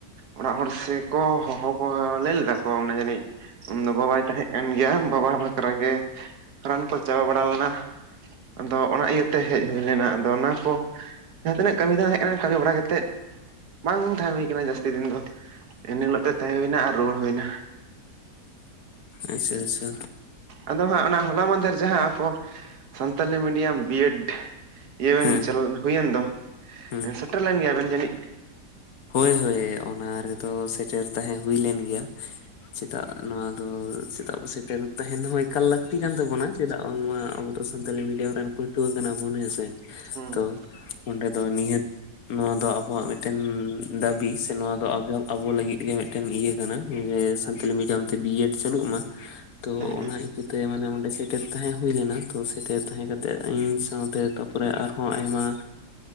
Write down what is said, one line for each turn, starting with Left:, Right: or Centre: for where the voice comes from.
Right: ᱚᱲᱟᱜ ᱦᱚᱲ ᱥᱮᱠᱚ ᱦᱚᱦᱚ ᱠᱚ ᱞᱟᱹᱭ ᱞᱮᱫᱟ ᱚᱱᱟ ᱡᱟᱹᱱᱤᱡ ᱩᱱᱫᱚ ᱵᱟᱵᱟᱭ ᱛᱟᱦᱮᱸ ᱠᱟᱱ ᱜᱮᱭᱟ ᱵᱟᱵᱟ ᱵᱟᱠᱷᱨᱟ ᱜᱮ ᱨᱟᱱ ᱠᱚ ᱪᱟᱵᱟ ᱵᱟᱲᱟ ᱞᱮᱱᱟ᱾ ᱟᱫᱚ ᱚᱱᱟ ᱤᱭᱟᱹᱛᱮ ᱦᱮᱡ ᱦᱩᱭ ᱞᱮᱱᱟ ᱟᱫᱚ ᱚᱱᱟ ᱠᱚ ᱡᱟᱦᱟᱸ ᱛᱤᱱᱟᱹᱜ ᱠᱟᱹᱢᱤ ᱛᱟᱦᱮᱜ ᱠᱟᱹᱢᱤ ᱵᱟᱲᱟ ᱠᱟᱛᱮᱫ ᱵᱟᱝ ᱛᱟᱦᱮᱸ ᱦᱩᱭ ᱠᱟᱱᱟ ᱡᱟᱹᱥᱛᱤ ᱫᱤᱱ ᱫᱚ ᱮᱱ ᱦᱤᱞᱳᱜ ᱛᱮ ᱛᱟᱦᱮᱸ ᱦᱩᱭᱱᱟ ᱟᱨ ᱨᱩᱣᱟᱹᱲ ᱦᱩᱭ ᱮᱱᱟ᱾
Left: ᱟᱪᱪᱷᱟ ᱟᱪᱪᱷᱟ
Right: ᱟᱫᱚ ᱦᱟᱸᱜ ᱚᱱᱟ ᱦᱚᱞᱟ ᱢᱫᱷᱮᱨ ᱡᱟᱦᱟᱸ ᱟᱵᱚ ᱥᱟᱱᱛᱟᱞᱤ ᱢᱤᱰᱤᱭᱟᱢ ᱵᱤᱭᱮᱰ ᱤᱭᱟᱹ ᱵᱮᱱ
Left: ᱦᱮᱸ
Right: ᱦᱩᱭᱮᱱ ᱫᱚ
Left: ᱦᱮᱸ
Right: ᱥᱮᱴᱮᱨ ᱞᱮᱱ ᱜᱮᱭᱟᱵᱮᱱ ᱡᱟᱹᱱᱤᱡ?
Left: ᱦᱳᱭ ᱦᱳᱭ ᱚᱱᱟ ᱨᱮᱫᱚ ᱥᱮᱴᱮᱨ ᱛᱟᱦᱮ ᱦᱩᱭ ᱞᱮᱱ ᱜᱮᱭᱟ᱾ ᱪᱮᱫᱟᱜ ᱱᱚᱣᱟ ᱫᱚ ᱪᱮᱫᱟᱜ ᱥᱮᱴᱮᱨ ᱛᱟᱦᱮᱱ ᱦᱚᱸ ᱮᱠᱟᱞ ᱞᱟᱹᱠᱛᱤ ᱠᱟᱱ ᱛᱟᱵᱚᱱᱟ᱾ ᱪᱮᱫᱟᱜ ᱵᱟᱝᱢᱟ ᱟᱵᱚ ᱫᱚ ᱥᱟᱱᱛᱟᱞᱤ ᱢᱤᱰᱤᱭᱟᱢ ᱨᱮᱱ ᱯᱟᱹᱴᱷᱩᱣᱟᱹ ᱠᱟᱱᱟ ᱵᱚᱱ ᱦᱮᱸᱥᱮ᱾
Right: ᱦᱩᱸ
Left: ᱛᱚ ᱚᱸᱰᱮ ᱫᱚ ᱱᱤᱦᱟᱹᱛ ᱱᱚᱣᱟ ᱫᱚ ᱟᱵᱚᱣᱟᱜ ᱢᱤᱫᱴᱮᱱ ᱫᱟᱹᱵᱤ ᱥᱮ ᱱᱚᱣᱟ ᱫᱚ ᱟᱵᱚ ᱞᱟᱹᱜᱤᱫ ᱜᱮ ᱢᱤᱫᱴᱮᱱ ᱤᱭᱟᱹ ᱠᱟᱱᱟ ᱡ ᱥᱟᱱᱛᱟᱞᱤ ᱢᱤᱰᱤᱭᱟᱢ ᱛᱮ ᱵᱤ ᱮ ᱰ᱾ ᱪᱟᱹᱞᱩᱜ ᱢᱟ᱾ ᱛᱚ
Right: ᱦᱮᱸ
Left: ᱚᱱᱟ
Right: ᱦᱮᱸ
Left: ᱤᱭᱟᱹᱛᱮ ᱢᱟᱱᱮ ᱚᱸᱰᱮ ᱥᱮᱴᱮᱨ ᱛᱟᱦᱮᱸ ᱦᱩᱭᱞᱱᱟ ᱛᱚ ᱥᱮᱴᱮᱨ ᱛᱟᱦᱮᱸ ᱠᱟᱛᱮᱜ ᱤᱧ ᱥᱟᱶᱛᱮ ᱛᱟᱨᱯᱚᱨᱮ ᱟᱨᱦᱚᱸ ᱟᱭᱢᱟ